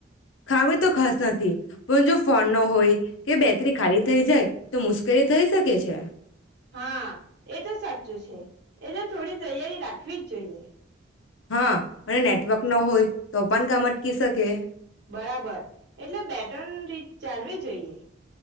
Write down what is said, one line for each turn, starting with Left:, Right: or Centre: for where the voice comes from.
Left: ખામી તો ખાસ નથી, પણ જો ફોન ન હોય કે બેટરી ખાલી થઈ જાય, તો મુશ્કેલી થઈ શકે છે.
Right: હા, એતો સાચું છે, એતો થોડી તૈયારી રાખવીજ જોઈએ.
Left: હા અને નેટવર્ક ન હોય તો પણ કામ અટકી શકે
Right: બરાબર એટલે બેટર્ન રીત જાણવી જોઈએ.